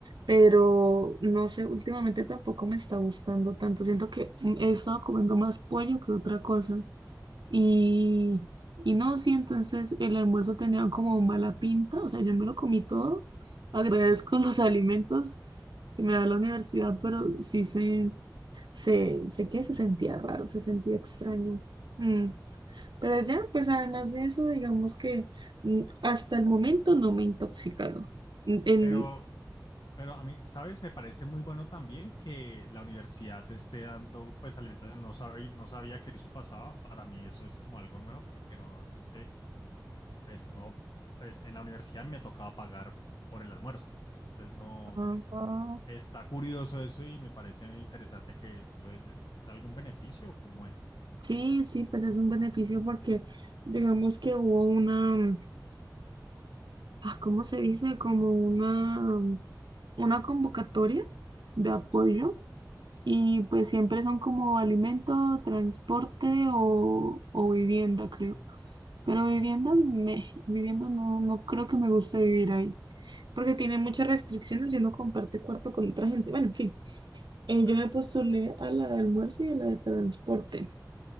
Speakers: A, on the right; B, on the left.
A: pero no sé, últimamente tampoco me está gustando tanto. Siento que mm, he estado comiendo más pollo que otra cosa. Y, y no, sí, entonces el almuerzo tenía como mala pinta, o sea, yo me lo comí todo. Agradezco <laughs> los alimentos que me da la universidad, pero sí se, se, sé que se sentía raro, se sentía extraño. Mm, Pero ya, pues además de eso, digamos que mm, hasta el momento no me he intoxicado. Mm, En,
B: Pero, pero a mí, ¿sabes? Me parece muy bueno también que la universidad te esté dando, pues, alimentación. No sabía, no sabía que eso pasaba. Para mí eso es como algo nuevo, porque normalmente, pues, uno, pues, en la universidad me tocaba pagar por el almuerzo. Entonces, no,
A: Ah,
B: está curioso eso y me parece interesante que lo es, es, es algún beneficio o cómo es.
A: sí, sí, pues es un beneficio porque digamos que hubo una, ah, ¿cómo se dice? Como una... una convocatoria de apoyo y pues siempre son como alimento, transporte o, o vivienda, creo. Pero vivienda, me, vivienda no, no creo que me guste vivir ahí, porque tiene muchas restricciones y uno comparte cuarto con otra gente. Bueno, en fin,
B: Sí,
A: eh,
B: claro.
A: yo me postulé a la de almuerzo y a la de transporte.